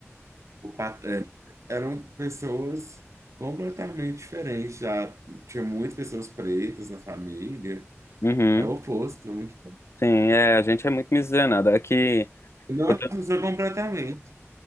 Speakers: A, on the right; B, on the left.
A: paterno, eram pessoas completamente diferentes. Já tinha muitas pessoas pretas na família.
B: Uhum.
A: É o oposto, muito.
B: Sim, é, a gente é muito miscigenada. Aqui,
A: Nossa,
B: eu tô,
A: mudou completamente.